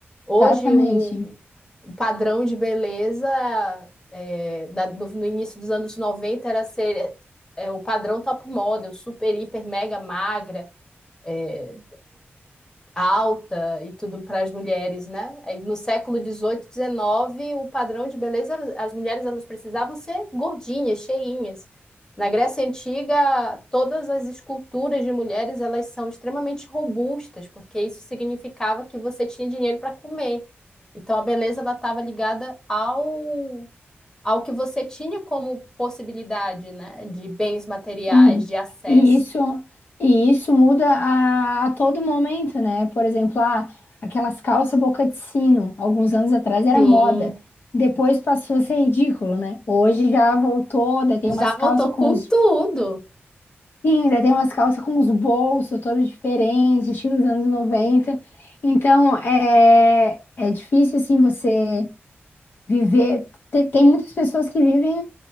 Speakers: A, on the left; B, on the left.
A: Hoje,
B: Exatamente.
A: o, o padrão de beleza é, da- do- no início dos anos 90 era ser é, o padrão top model, super, hiper, mega magra é, alta e tudo para as mulheres, né? Aí, no século XVIII, XIX, o padrão de beleza, era- as mulheres elas precisavam ser gordinhas, cheinhas. Na Grécia Antiga, todas as esculturas de mulheres elas são extremamente robustas, porque isso significava que você tinha dinheiro para comer. Então a beleza ela estava ligada ao ao que você tinha como possibilidade, né, de bens materiais,
B: Sim.
A: de acesso.
B: E isso, e isso muda a, a todo momento, né? Por exemplo, ah, aquelas calças boca de sino, alguns anos atrás era
A: Sim,
B: moda. Depois passou a ser ridículo, né? Hoje já voltou, daí tem
A: já
B: umas
A: voltou
B: calças com
A: com
B: uns
A: tudo.
B: Sim, daí tem umas calças com os bolsos todos diferentes, estilo dos anos noventa Então, é, é difícil, assim, você viver... Tem, tem muitas pessoas que vivem